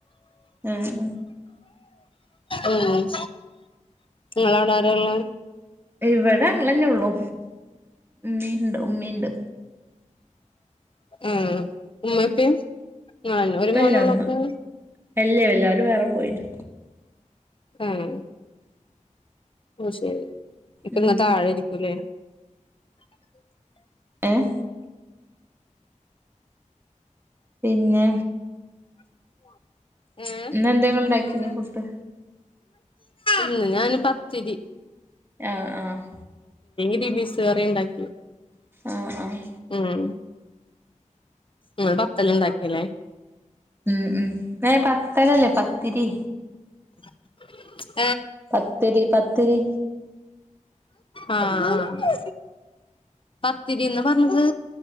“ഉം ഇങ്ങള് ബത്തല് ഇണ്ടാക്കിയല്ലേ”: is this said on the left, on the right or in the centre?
Left